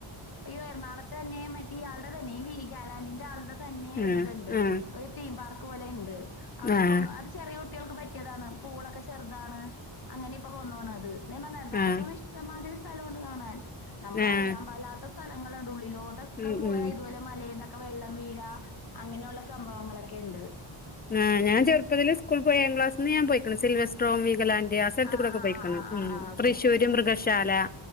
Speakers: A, on the left; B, on the left.
A: ഈ എറണാകൊളത്തന്നെ മറ്റേ ഇയാൾടെ തന്നെ ഈ വീഗാലാൻഡിന്റെ ആളുടെ തന്നെ
B: ആഹ്
A: ഒരിത്ണ്ട്
B: ആഹ്
A: ഒരു തീം പാർക്ക് പോലെയിണ്ട് അവിടെ
B: ആഹ്
A: കൊ ചെറിയ കുട്ടികൾക്ക് പറ്റിയതാണ് പൂളൊക്കെ ചെറുതാണ് അങ്ങനെയിപ്പൊ കൊണ്ടോണത് ഇതാ ഞപറഞ്ഞെ എറണാകുളത്ത്
B: ആഹ്
A: ഇഷ്ടംമാതിരി സ്ഥലവുണ്ട് കാണാൻ നമ്മളറിയാൻ
B: ആഹ്
A: പാടില്ലാതാ സ്ഥലങ്ങള്ണ്ട് ഉള്ളിലോട്ട്
B: ഉം
A: ക്കെ പോയാ
B: ഉം
A: ഇതുപോലെ മലേന്നൊക്കെ വെള്ളം വീഴാ അങ്ങനെയൊള്ള സംഭവങ്ങളൊക്കെയിണ്ട്
B: ങ്ങാ ഞാൻ ചെറുപ്പത്തില് സ്കൂൾ പോയാ ഏഴാം ക്ലാസ്ൽന്ന് ഞാൻ പോയിക്ക്ണ് സിൽവെസ്ട്രോം, വീഗാലാൻഡ് യാ സ്ഥലത്ത്
A: ആ
B: കൂടെക്കെ
A: ആ
B: പോയിക്ണ്
A: ആ ആ ആ
B: ഉം
A: ആ ഓക്കെ
B: തൃശ്ശൂര് മൃഗശാല